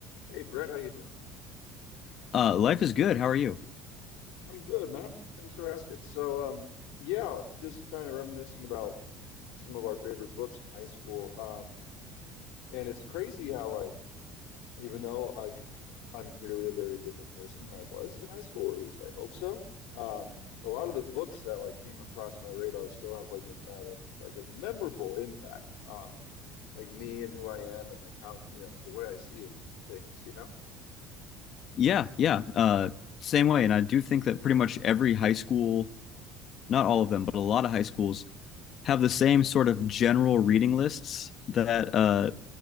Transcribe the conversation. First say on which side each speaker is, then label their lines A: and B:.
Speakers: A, on the left; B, on the left.
A: Hey Brett, how you doing?
B: Uh, life is good. How are you?
A: I'm good, man. Thanks for asking. So, um, yeah, just kind of reminiscing about some of our favorite books in high school. Um, and it's crazy how like even though like I'm clearly a very different person than I was in high school, or at least I hope so. Um, a lot of the books that like came across my radar still have like a, a like a memorable impact on like me and who I am and like how, you know, the way I see it, things, you know?
B: Yeah, yeah. Uh, same way. And I do think that pretty much every high school, not all of them, but a lot of high schools have the same sort of general reading lists that uh,